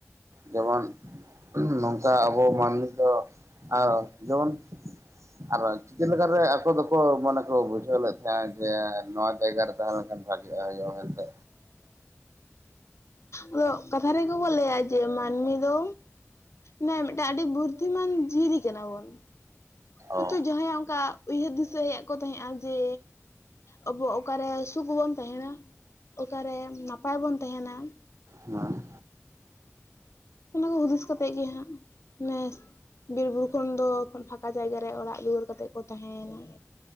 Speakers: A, on the right; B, on the left.
A: ᱡᱮᱢᱚᱱ ᱱᱚᱝᱠᱟ ᱟᱵᱚ ᱢᱟᱹᱱᱢᱤ ᱫᱚ ᱟᱨ ᱡᱮᱢᱚᱱ ᱟᱨᱚ ᱪᱤᱠᱟᱹ ᱞᱮᱠᱟ ᱨᱮ ᱟᱠᱚ ᱫᱚ ᱠᱚ ᱢᱚᱱᱮ ᱠᱚ ᱵᱩᱡᱷᱟᱹᱣ ᱞᱮᱫ ᱛᱟᱦᱮᱸᱫ ᱡᱮ ᱱᱚᱣᱟ ᱡᱟᱭᱜᱟ ᱨᱮ ᱛᱟᱦᱮᱸ ᱞᱮᱱᱠᱷᱟᱱ ᱵᱷᱟᱜᱤᱜ-ᱟ ᱦᱩᱭᱩᱜ-ᱟ ᱢᱮᱱᱛᱮ᱾
B: ᱟᱫᱚᱜ ᱠᱟᱛᱷᱟ ᱨᱮᱜᱮ ᱠᱚ ᱞᱟᱹᱭᱟ ᱡᱮ ᱢᱟᱹᱱᱢᱤ ᱫᱚ ᱢᱟᱱᱮ ᱢᱤᱫᱴᱮᱱ ᱟᱹᱰᱤ ᱵᱩᱨᱫᱷᱤᱢᱟᱱ ᱡᱤᱭᱟᱹᱞᱤ ᱠᱟᱱᱟ ᱵᱚᱱ᱾ ᱦᱚᱭ
A: ᱚ
B: ᱛᱳ ᱡᱟᱦᱟᱸᱭᱟᱜ ᱚᱱᱠᱟ ᱩᱭᱦᱟᱹᱨ ᱫᱤᱥᱟᱹ ᱦᱮᱡ ᱟᱠᱚ ᱛᱟᱦᱮᱸᱜᱼᱟ, ᱡᱮ ᱟᱵᱚ ᱚᱠᱟᱨᱮ ᱥᱩᱠ ᱵᱚᱱ ᱛᱟᱦᱮᱱᱟ᱾ ᱚᱠᱟᱨᱮ ᱱᱟᱯᱟᱭ ᱵᱚᱱ ᱛᱟᱦᱮᱱᱟ᱾
A: ᱚᱱᱟ
B: ᱚᱱᱟ ᱠᱚ ᱦᱩᱫᱤᱥ ᱠᱟᱛᱮᱫ ᱜᱮ ᱦᱟᱸᱜ ᱢᱮ ᱵᱤᱨ-ᱵᱩᱨᱩ ᱠᱷᱚᱱ ᱫᱚ ᱯᱷᱟᱠᱟ ᱡᱟᱭᱜᱟᱨ ᱨᱮ ᱚᱲᱟᱜ ᱫᱩᱣᱟᱹᱨ ᱠᱟᱛᱮᱫ ᱠᱚ ᱛᱟᱦᱮᱸᱭ ᱮᱱᱟ᱾